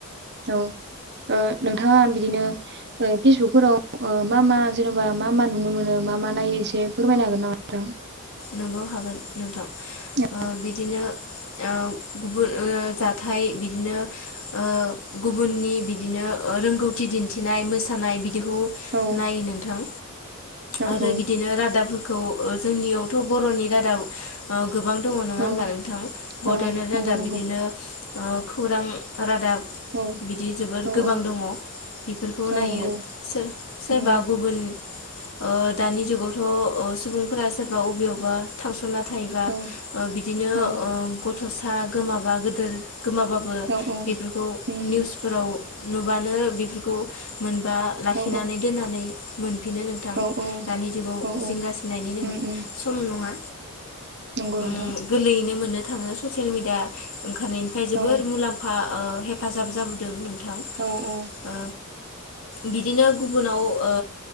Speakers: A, on the right; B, on the left.
A: औ नोंथाङा ओ बिदिनो ओ फेसबुकफोराव मा मा जेनेबा मा मा नुनो मोनो मा मा नायो एसे फोरमायनो हागोन नामा? दां
B: नोंगौ हागोन नोंथां।
A: औ
B: ओ बिदिनो ओ गुबुन ओ जाथाइ बिदिनो ओ गुबुननि बिदिनो रोंगौथि दिन्थिनाय मोसानाय बिदि खौ
A: औ
B: नायो नोंथां
A: औ
B: आरो
A: औ
B: बिदिनो रादाब खौ। जोंनियावथ' बर'नि रादाब ओ गोबां दङ नङा
A: औ
B: होमबा नोंथां बड'लेण्ड
A: औ
B: रादाब
A: नंगौ नंगौ
B: बिदिनो औ खौरां रादाब
A: औ
B: बिदि जोबोर
A: औ
B: गोबां
A: औ
B: दङ बेफोरखौ
A: औ
B: नायो
A: नंगौ
B: सो-सोरबा
A: उम
B: गुबुन ओ दानि जुगावथ' ओ सुबुं फोर सोरबा अबेआवबा थांस'ना था थायोबा
A: औ
B: बिदिनो
A: औ
B: ओ सा गोमाबा गोदोर गोमाबाबो
A: औ औ
B: बेफोरखौ
A: उम
B: निउसफोराव नुबानो बेफोरखौ मोन बा लाखिनानै
A: औ
B: दोननानै मोन फिनो नोंथां
A: औ
B: दानि जुगाव
A: औ
B: जिंगासिनायनि
A: औ
B: नो
A: उम उम
B: सम नङा।
A: नंगौ
B: उम
A: नोंथां।
B: गोरलैयैनो मोननो थाङो ससियेल मिडिया ओंखारनायनिफ्राय जोबोर
A: औ
B: मुलाम्फा ओ हेफाजाब जाबोदों नोंथां
A: औ औ।
B: ओ बिदिनो गुबुनाव ओ